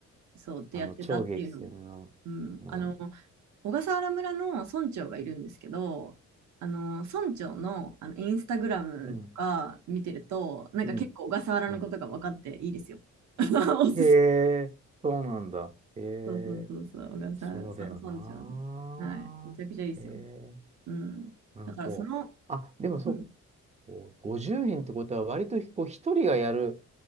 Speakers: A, on the right; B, on the right.
A: そうってやってたっていうのも。
B: あの、超激戦の。
A: うん。
B: うん。
A: あの、小笠原村の村長がいるんですけど、あの、村長の、あのインスタグラムとか見てると、
B: うん。
A: なんか結構小笠原のことが分かっていいですよ。
B: うん。うん
A: <laughs> おすす
B: へえ、そうなんだ。へえ、
A: そうそうそうそう、小笠原、
B: そうだよな。
A: そう、村長の。はい。めちゃくちゃいいですよ。
B: へえ、
A: うん。
B: うんと。
A: だからその、
B: あ、でもそっ
A: うん、
B: こう50人ってことは割とこう一人がやる